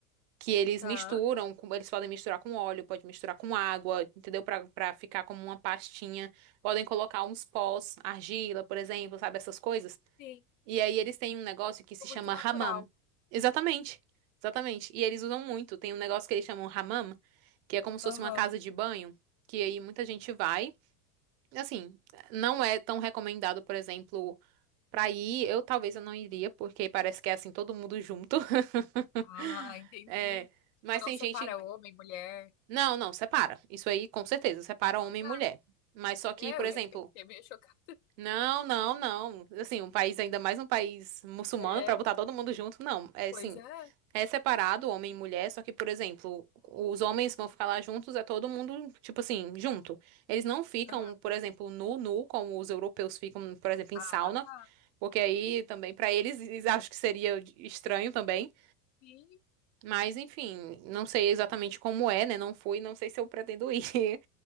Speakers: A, on the right; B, on the left.
A: que eles
B: Tá.
A: misturam, com- eles podem misturar com óleo, pode misturar com água, entendeu? Pra, pra ficar como uma pastinha. Podem colocar uns pós, argila, por exemplo, sabe? Essas coisas.
B: Sim,
A: E aí eles têm um negócio que
B: ficou
A: se chama
B: muito natural.
A: hammam. Exatamente. Exatamente. E eles usam muito. Tem um negócio que eles chamam hammam, que é como se fosse
B: Aham.
A: uma casa de banho, que aí muita gente vai. Assim, não é tão recomendado, por exemplo. Pra ir, eu talvez eu não iria, porque parece que é assim, todo mundo junto. <laughs>
B: Ah, entendi.
A: É,
B: Tipo,
A: mas
B: não
A: tem
B: separa
A: gente.
B: homem, mulher.
A: Não, não, separa. Isso aí, com certeza, separa
B: Ah,
A: homem
B: tá.
A: e mulher. Mas só que,
B: É,
A: por
B: eu,
A: exemplo,
B: ia- eu fiquei meio chocada.
A: não, não, não. Assim, um país, ainda mais um país muçulmano,
B: É.
A: pra botar
B: <laughs>
A: todo mundo junto, não. É assim,
B: Pois é.
A: é separado, homem e mulher, só que, por exemplo, os homens vão ficar lá juntos, é todo mundo, tipo assim, junto. Eles não ficam,
B: Aham.
A: por exemplo, nu, nu, como os europeus ficam, por exemplo, em
B: Ah,
A: sauna,
B: tá.
A: porque aí também, pra eles, eles acham que seria estranho também.
B: Sim,
A: Mas, enfim, não sei exatamente como é, né? Não fui, não sei se eu pretendo ir. <laughs>